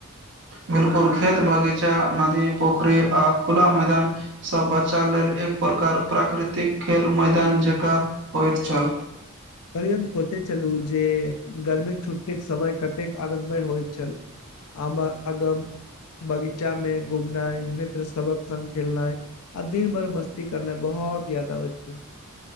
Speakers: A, on the right (about 55°); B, on the left (about 80°).
A: बिलकुल खेत, बगीचा, नदी, पोखरि आ खुला मैदानसँ बचा लेल, एक प्रकार प्राकृतिक खेल मैदान जकाँ होइत छल।
B: कली हम सोचे छलू जे गर्मी के छुट्टी के समय कतेक आदत भे होइल छल हम आगम बगीचा में घुमनाइ, मित्र सबक संग खेलनाइ आ दिन भर मस्ती करनाइ, बहुत याद आबे छै।